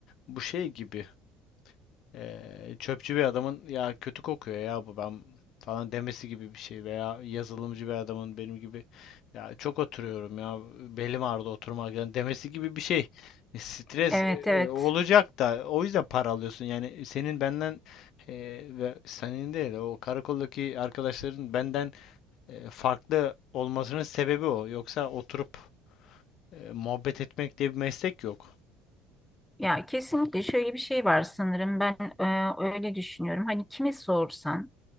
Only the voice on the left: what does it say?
bu şey gibi e, çöpçü bir adamın ya kötü kokuyor ya bu ben falan demesi gibi bir şey veya yazılımcı bir adamın benim gibi ya çok oturuyorum ya belim ağrıdı oturmaktan demesi gibi bir şey. E, Stres
e, e,
olacak da o yüzden para alıyorsun. Yani senin benden e, ve senin değil o karakoldaki arkadaşların benden e, farklı olmasının sebebi o. Yoksa oturup e, muhabbet etmek diye bir meslek yok.